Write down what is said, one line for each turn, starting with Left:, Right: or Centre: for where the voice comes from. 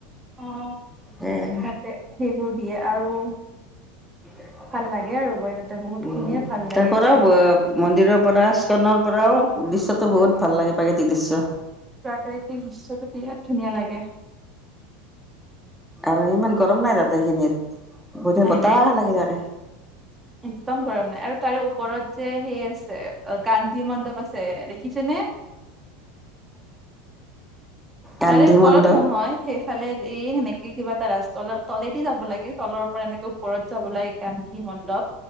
Right: অ'
Centre: সেয়াই
Right: তাতে সেইবোৰ দিয়ে। আৰু
Centre: উম,
Right: ভাল লাগে আৰু গৈ তাতে বহুত খিনিয়ে ভাল লাগে
Centre: তাৰ পৰাও,
Right: গৈ
Centre: মন্দিৰৰ পৰা স্কনৰ পৰাও দৃশ্যটো বহুত ভাল লাগে, প্ৰাকৃতিক দৃশ্য।
Right: প্ৰাকৃতিক দৃশ্যটো বিৰাট ধুনীয়া লাগে।
Centre: আৰু ইমান গৰম নাই তাতে এইখিনিত। গোটে
Right: নাই
Centre: বতাহ
Right: নাই
Centre: লাগি থাকে।
Right: একদম গৰম নাই আৰু তাৰে ওপৰত যে সেই আছে, গান্ধী মণ্ডপ আছে দেখিছেনে?
Centre: গান্ধী
Right: তাৰে ওপৰত
Centre: মণ্ডপ
Right: নহয়। সেই ইফালে এই সেনেকে কিবা এটা ৰাস্ত তলেদি যাব লাগে, তলৰ পৰা এনেকে ওপৰত যাব লাগে। গান্ধী মণ্ডপ।